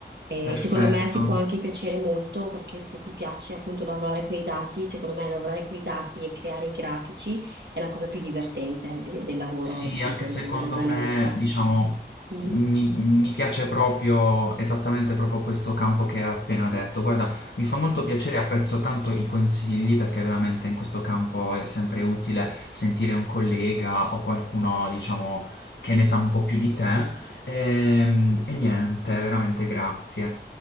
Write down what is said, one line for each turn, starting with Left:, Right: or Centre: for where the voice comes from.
Right: E
Left: Perfetto.
Right: secondo me ti può anche piacere molto perché se ti piace appunto lavorare con i dati, secondo me lavorare con i dati e creare i grafici è la cosa più divertente de- del lavoro
Left: Sì,
Right: del-
Left: anche secondo
Right: dell'analista.
Left: me, diciamo,
Right: Mm.
Left: mi, mi piace proprio esattamente proprio questo campo che hai appena detto. Guarda, mi fa molto piacere e apprezzo tanto i consigli perché veramente in questo campo è sempre utile sentire un collega o qualcuno, diciamo, che ne sa un po' più di te. E, e niente, veramente grazie.